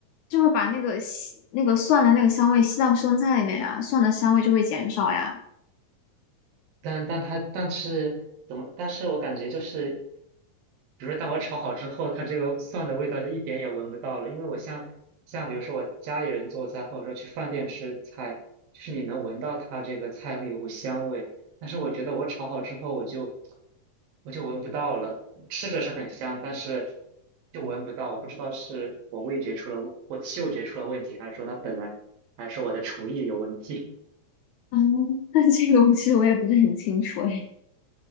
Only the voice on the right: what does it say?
但但它但是怎么？但是我感觉就是，比如说，当我炒好之后，它这个蒜的味道就一点也闻不到了。因为我像像比如说我家里人做菜，或者说去饭店吃菜，就是你能闻到它这个菜会有股香味，但是我觉得我炒好之后，我就我就闻不到了。吃着是很香，但是就闻不到。我不知道是我味觉出了，我嗅觉出了问题，还是说它本来还是我的厨艺有问题。